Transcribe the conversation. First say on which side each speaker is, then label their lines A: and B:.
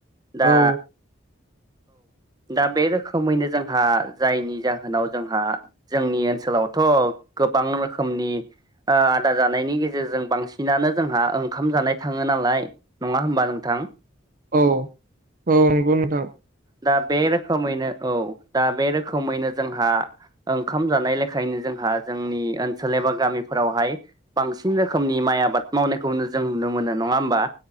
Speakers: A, on the right; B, on the right.
A: दा
B: औ
A: दा बे रोखोमैनो जोंहा जायनि जाहोनाव जोंहा जोंनि ओनसोलावथ' गोबां रोखोमनि ओ आदा जानायनि गेजेरजों बांसिनानो जोंहा ओंखाम जानाय थाङो नालाय नङा होमबा नोंथां
B: औ औ नंगौ नोंथां।
A: दा बे रोखोमैनो औ दा बे रोखोमैनो जोंहा ओंखाम जानाय लेखायनो जोंहा जोंनि ओनसोल एबा गामिफोरावहाय बांसिन रोखोमनि माइ आबाद मावनायखौनो जों नुनो मोनो नङा होमबा